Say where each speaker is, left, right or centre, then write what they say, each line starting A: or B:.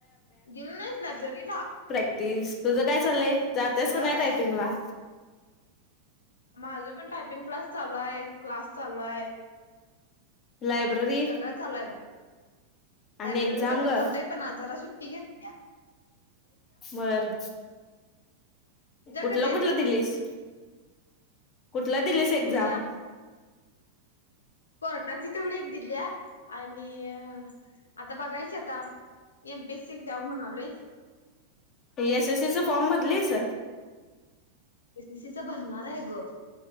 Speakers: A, on the left (about 70°); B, on the left (about 30°).
A: गेल नाही लाब्ररीत.
B: प्रॅक्टिस तुझं काय चाललंय जातेस
A: होय
B: का नाही टायपिंग ला.
A: माझं पण टायपिंग क्लास चालू आहे, क्लास चालू आहे.
B: लायब्ररी.
A: सगळं चालू आहे बघ
B: आणि
A: लायब्ररीला
B: एक्झाम
A: पण
B: ग
A: जातोय, पण आज‌ जरा सुट्टी घेतलीया.
B: बर!
A: तुझ्या
B: कुठलं
A: कधी आहेत
B: कुठलं दिलीस. कुठला दिलेस एक्झाम?
A: मी कोटाची तेवडी एक दिल्या. आणि आता बघायची आता. एमपियसि द्याव म्हणालय.
B: हे एसएससी च फॉर्म भरलिस
A: एसीसीचा भरणार आहे ग!